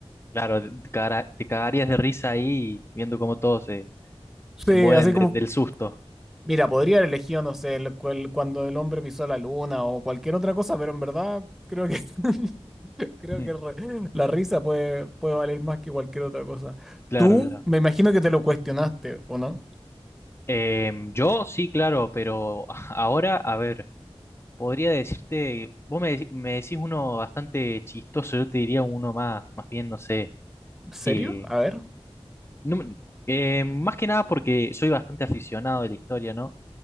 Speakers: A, on the left (about 25°); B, in the centre.
A: Claro, te caga- te cagarías de risa ahí viendo cómo todos se,
B: Sí,
A: se mueren
B: así como,
A: de- del susto.
B: mira, podría haber elegido, no sé, el- cual- cuando el hombre pisó la luna o cualquier otra cosa, pero en verdad creo que <laughs> creo
A: Mm,
B: que re- la risa puede, puede valer más que cualquier otra cosa.
A: Claro,
B: Tú,
A: claro.
B: me imagino que te lo cuestionaste, ¿o no?
A: Em, yo sí, claro, pero <laughs> ahora, a ver, podría decirte, vos me, dec- me decís uno bastante chistoso, yo te diría uno más, más bien, no sé.
B: ¿Serio?
A: eh,
B: A ver.
A: no me- em, más que nada porque soy bastante aficionado de la historia, ¿no?